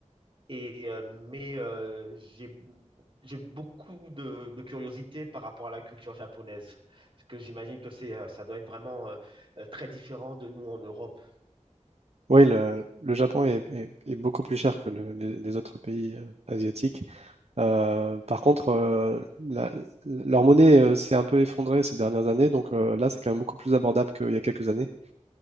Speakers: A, on the right; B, on the right.
A: Et, euh, mais euh, j'ai j'ai beaucoup de, de curiosité par rapport à la culture japonaise, parce que j'imagine que c'est euh, ça doit être vraiment euh, euh, très différent de nous en Europe,
B: Oui, le, le Japon est, est- est beaucoup plus cher que le- les, les autres pays euh, asiatiques. Euh, par contre, euh, la- leur monnaie euh, s'est un peu effondrée ces dernières années, donc euh, là, c'est quand même beaucoup plus abordable qu'il y a quelques années.